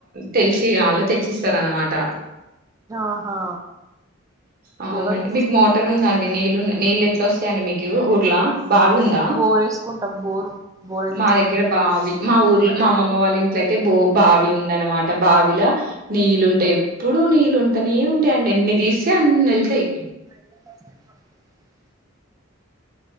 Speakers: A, on the right; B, on the right.
A: తెలిసి వాళ్ళు తెచ్చిస్తారు అనమాట
B: ఆహా
A: ఆ అవునండి
B: ఎవరు
A: మీకు మోటార్ ఉందాండి నీళ్లు నీళ్ళలు ఎట్లా వస్తాయండి మీకు ఊర్లా బావి ఉందా?
B: బోర్ వేసుకుంటాం బోరు బోరె
A: మా దగ్గర బావి మా ఊర్లో మా మామ్మమ్మ వాళ్ళ ఇంట్లో అయితే బో బావి ఉంద అనమాట బావిల నీళ్ళు ఉంటయి ఎప్పుడు నీళ్ళు ఉంటనే ఏ ఉంటాయండి ఎన్ని తీస్తే అన్ని ఎళ్తయి
B: ఏమైంది <unintelligible>